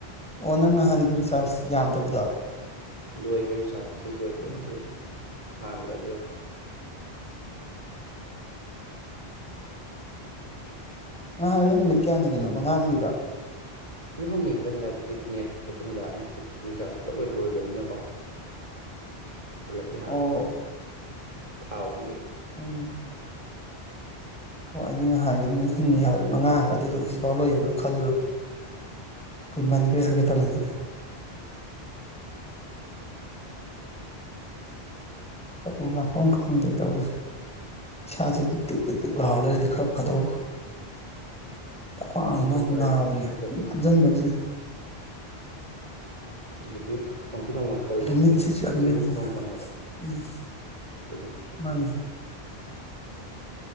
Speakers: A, in the centre; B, on the right.
A: ꯑꯣ ꯅꯪ ꯅꯍꯥꯟꯒꯤ ꯔꯤꯆꯥꯔꯖ ꯌꯥꯝꯗꯕꯗꯣ
B: ꯂꯣꯏꯒꯔꯦ ꯔꯤꯆꯥꯔꯁ ꯑꯁꯤ ꯂꯣꯏꯒꯔꯦ
A: ꯎꯝ
B: ꯉꯁꯤ ꯑꯌꯨꯛ ꯍꯥꯂꯦ ꯑꯗꯨ
A: ꯅꯍꯥꯟꯒꯤꯗꯣ ꯅꯨꯃꯤꯠ ꯀꯌꯥꯅꯤꯒꯤꯅꯣ ꯃꯉꯥꯅꯤꯒꯤꯔꯣ
B: ꯅꯨꯃꯤꯠ ꯍꯨꯝꯅꯤ ꯈꯛꯇꯅꯤꯗ ꯑꯗꯨꯗꯤ ꯅꯦꯠ ꯈꯛꯇꯅꯤꯗ ꯑꯩꯅ ꯍꯧꯖꯤꯛꯇꯤ ꯔꯤꯆꯥꯔꯖ ꯄꯨꯂꯞ ꯑꯣꯏꯅ ꯂꯣꯏꯕꯤꯅꯤꯅꯀꯣ ꯄꯨꯂꯞꯀꯤ ꯍꯜꯂꯦ
A: ꯑꯣ
B: ꯊꯥꯎ ꯑꯍꯨꯝꯒꯤ
A: ꯎꯝ ꯑꯣ ꯑꯩꯗꯤ ꯅꯍꯥꯟꯒꯤ ꯅꯨꯃꯤꯠ ꯍꯨꯝꯅꯤ ꯍꯥꯏꯕ꯭ꯔꯥ ꯃꯉꯥ ꯍꯥꯏꯕ꯭ꯔꯥ ꯑꯗꯨꯏꯗꯣ ꯍꯧꯖꯤꯛꯐꯥꯎ ꯂꯩꯔꯤꯕ꯭ꯔꯥ ꯈꯜꯂꯨꯔꯕ꯭ꯔꯥ ꯀꯨꯏꯃꯟꯈ꯭ꯔꯦ ꯍꯥꯏꯒꯦ ꯇꯧꯅ ꯑꯗꯨꯗꯤ ꯇꯐꯝ ꯂꯥꯛꯐꯝ ꯈꯪꯗꯦ ꯇꯧꯔꯤꯁꯦ ꯏꯁꯥꯁꯨ ꯇꯤꯛ ꯇꯤꯛ ꯇꯤꯛ ꯂꯥꯎꯔ ꯂꯩꯔꯗꯤ ꯈꯔ ꯐꯗꯧꯕ ꯈ꯭ꯋꯥꯡ
B: ꯑꯍꯟ
A: ꯑꯃ
B: ꯁꯨꯝ ꯑꯣꯏꯔꯦ
A: ꯅꯥꯕꯅꯦ
B: ꯍꯦꯟꯖꯜꯂꯛꯇꯣꯏꯅꯦ
A: ꯁꯨꯝ ꯐꯝꯖꯤꯟꯕꯒꯤꯁꯦ
B: ꯑꯗꯒꯤ ꯅꯣꯡꯊꯤ ꯅꯣꯡꯃꯪꯁꯨ ꯇꯧꯋꯤꯅꯦ ꯍꯧꯖꯤꯛꯁꯦ
A: ꯃꯤꯠꯁꯤꯁꯨ
B: ꯉꯁꯤꯁꯨ
A: ꯌꯥꯝ ꯌꯦꯡꯅꯤꯡꯉꯦ
B: ꯅꯣꯡꯃꯪꯉꯦꯕ
A: ꯎꯝ
B: ꯑꯗꯨꯒꯤꯅꯦ
A: ꯃꯥꯡꯉꯦ